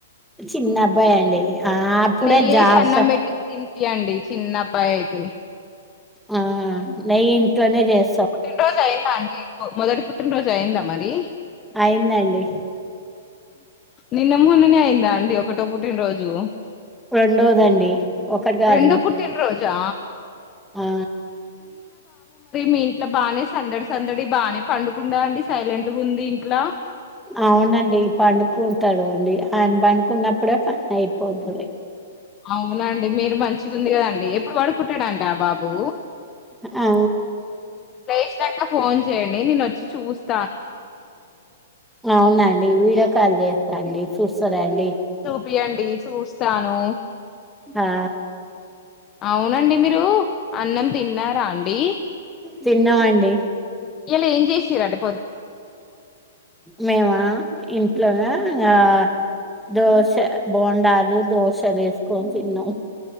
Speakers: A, in the centre; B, on the left.
A: చిన్న అబ్బాయి అండి ఆ అప్పుడే
B: నెయ్యేసి
A: జాబ్
B: అన్నం
A: క
B: పెట్టి తినిపియండి చిన్నబ్బాయి అయితే
A: ఆ లైక్ ఇంట్లోనే చేస్తా
B: పుట్టినరోజు అయిందా అండి మొదటి పుట్టినరోజు అయిందా మరి
A: అయిందండి
B: నిన్న మొన్ననే అయిందా అండి ఒకటో పుట్టిన రోజు
A: రెండోదండి ఒకటి కాదు
B: రెండో పుట్టినరోజా
A: ఆ
B: మీన్ ఇ బానే సేల్ సందడ సందడి బానే పండుకుండా అండి సైలెంట్గా ఉంది ఇంట్లా
A: అవునండి పండుకుంటాడు అండి, ఆయన పండుకున్నప్పుడే పని అయిపోతాది
B: అవునండి మీరు మంచిగుంది కదండి ఎప్ ఇప్పుడు పడుకుంట్ ఉంటడంట బాబు
A: అ
B: ప్లే లిస్ట్ అంట ఫోన్ చేయండి నేను వచ్చి చూస్త్
A: అవునండి వీడియో కాల్ చేస్తాండి చూస్తాదండి.
B: చూపి అండి చూస్‌ స్తాను
A: ఆ
B: అవునండి మీరు అన్నం తిన్నారా అండి
A: తిన్నామండి
B: ఇయాల ఏం చేసిండ్రు అండి
A: మేమా ఇంట్లోనే ఇంగా దోశ బోండాలు దోశ వేసుకొని తిన్నాం